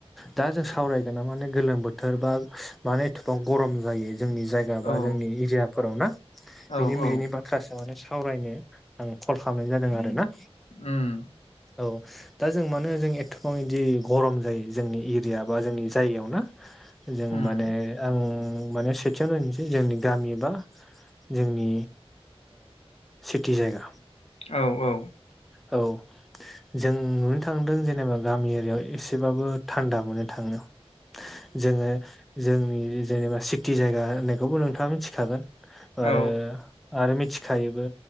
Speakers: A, in the centre; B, on the left (about 80°).
A: दा जों सावरायगोन ना माने गोलोम बोथोर बा माने एथ'बां गरम जायो जोंनि जाय गा
B: औ
A: बा जोंनि एरियाफोराव ना
B: औ
A: बिनि
B: औ
A: <unintelligible> बाथ्रासो माने सावरायनो आं कल खालामनाय जादों आरो ना।
B: उम।
A: औ। दा जों मानो जों एथ'बां बिदि गरम जायो जोंनि एरिया बा जोंनि जायगायाव ना। जों
B: उम
A: माने आं माने सेथियाव नायनोसै जोंनि गामिबा जोंनि सिटि जायगा
B: औ औ।
A: औ। जों नुनो थांदों जेनेबा गामि एरियाव एसेबाबो थान्दा मोननो थाङो। जोङो जोंनि जेनेबा सिटि जायगा होननायखौबो नोंथाङा मिथिखागोन
B: औ
A: आरो आरो मिथिखायोबो